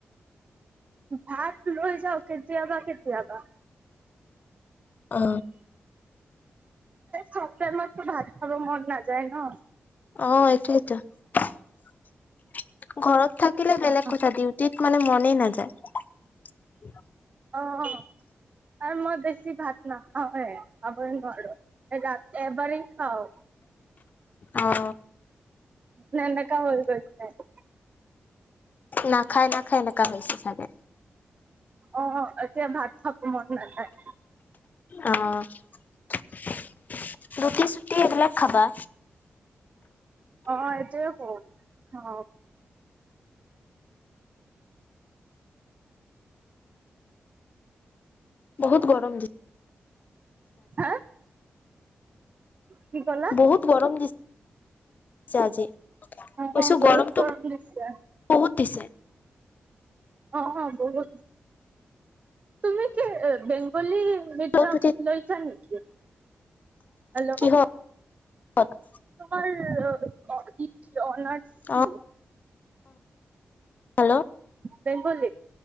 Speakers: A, on the right; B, on the left.
A: ভাত লৈ যাও কেতিয়া বা কেতিয়া বা
B: অ
A: চপ্তৰ <unintelligible> মাততো ভাত খাব মন নাযায় ন
B: অ এইটো এটো ঘৰত থাকিলে
A: অ'
B: বেলেগ কথা দিউ ত মানে মনেই নাযায় উ
A: অ অ আৰু মই বেছি ভাত নাখাওঁ হে খাবই নোৱাৰো ৰাতি এবাৰেই খাওঁ
B: অ
A: নন্দক হৰ গচ্তে <unintelligible>
B: নাখাই নাখায় এনেককা হৈ হৈছে চাগে
A: অ এতিয়া ভাত থকো মন নাযায়
B: অ ৰুটি চুটি এইবিলাক খাবা
A: অ এইটয়ে কওঁ অ
B: বহত গৰম দি
A: হ কি ক <unintelligible>
B: বহুত গৰম দিছে আজি কৈছো
A: অ বহুত
B: গৰমটো
A: গৰম দিছে
B: বহুত দিছে
A: অ হ বত তুমি কে বেংগলী মিডয়াম
B: ক'ত
A: লৈছা নেকি হেল্ল'
B: কিহ <unintelligible>
A: তোমাৰ অননাৰ্ছ কি
B: অ হেল্ল'
A: বেংগল